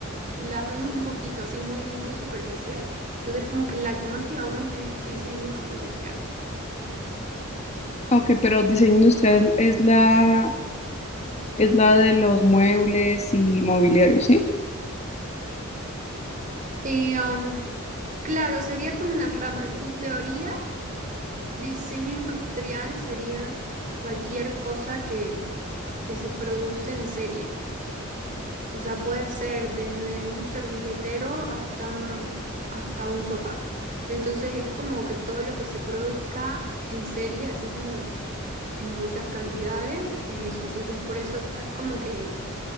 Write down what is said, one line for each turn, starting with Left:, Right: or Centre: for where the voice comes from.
Right: las vemos un poquito, así muy, muy superficial. Entonces como que la que más llevamos es diseño industrial.
Left: Ah, Ok, pero diseño industrial es la, es la de los muebles y mobiliario, ¿sí?
Right: Y, um, claro, sería como una rama. En teoría, diseño industrial sería cualquier cosa que, que se produce en serie. O sea, puede ser desde un servilletero hasta, hasta un sofá. Entonces es como que todo lo que se produzca en serie, así como en muchas cantidades, es eso. Entonces por eso es como que